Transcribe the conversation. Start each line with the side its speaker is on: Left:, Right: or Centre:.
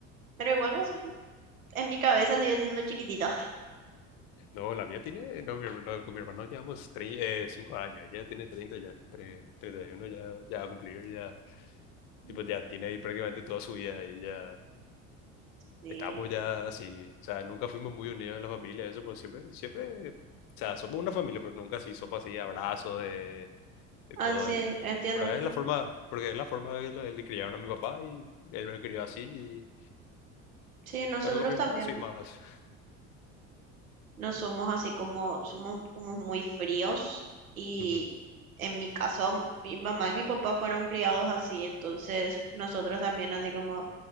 Right: pero igual va a ser- en mi cabeza sigue siendo chiquitito.
Left: No, la mía tiene, no, mi her- no, con mi hermano llevamos tre- eh, 5 años, ella tiene 30 ya, tre- 31 ya, ya va a cumplir, ya, tipo,
Right: Mm,
Left: ya tiene ahí prácticamente toda su vida y ya
Right: Sí.
Left: estamos ya así, o sea, nunca fuimos muy unidos en la familia, eso, pero siempre, siempre, o sea, somos una familia, pero nunca así, somos así, abrazos y
Right: Ah,
Left: todo
Right: sí,
Left: eso, pero,
Right: entiendo.
Left: pero es
Right: Mm,
Left: la forma, porque es la forma de le, le criaron a mi papá y él me crió así y
Right: Sí, nosotros
Left: bueno, con mi
Right: también.
Left: mamá soy más.
Right: No somos así como, somos como muy fríos y
Left: Ujú,
Right: en mi caso mi mamá y mi papá fueron criados así, entonces nosotros también así como